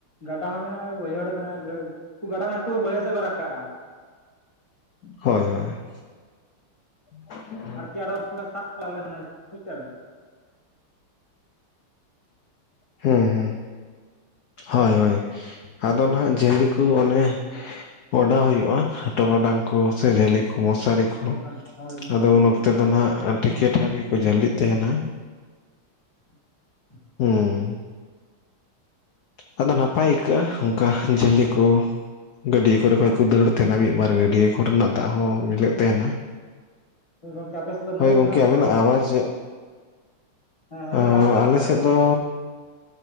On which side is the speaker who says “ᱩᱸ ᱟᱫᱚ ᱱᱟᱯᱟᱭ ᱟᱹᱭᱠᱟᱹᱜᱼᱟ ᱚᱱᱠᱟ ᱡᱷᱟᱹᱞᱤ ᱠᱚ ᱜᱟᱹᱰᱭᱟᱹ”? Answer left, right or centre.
Left